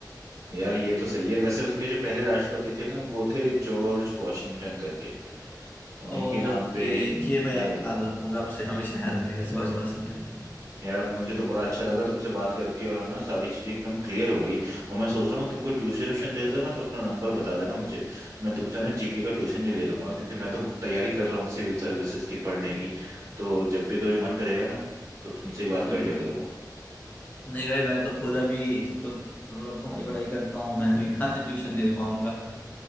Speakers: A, on the right; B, on the left.
A: यार ये तो सही है वैसे उसके जो पहले राष्ट्रपति थे ना वो थे जॉर्ज वॉशिंगटन करके उन्हीं
B: ओके
A: के नाम पे
B: ये मैं
A: ये
B: याद रखूंगा आपसे हमेशा याद रहेगा जॉर्ज वाशिंगटन तो
A: यार अब मुझे तो बड़ा अच्छा लगा तुमसे बात करके और ना सारी चीजें एकदम क्लियर हो गई और मैं सोच रहा हूँ तुमको ट्यूशन व्यूशन देते हो ना तो अपना नंबर बता देना मुझे मैं तुमसे ना जीके का ट्यूशन ही ले लूंगा क्योंकि मैं तो तैयारी कर रहा हूँ सिविल सर्विसेज की पढ़ने की तो जब भी कभी मन करेगा ना तो तुमसे ही बात
B: हम्म
A: कर लिया करूंगा
B: नहीं भाई मैं तो खुद अभी खुद मतलब पढ़ाई पढ़ाई करता हूँ मैं अभी कहाँ से ट्यूशन दे पाऊंगा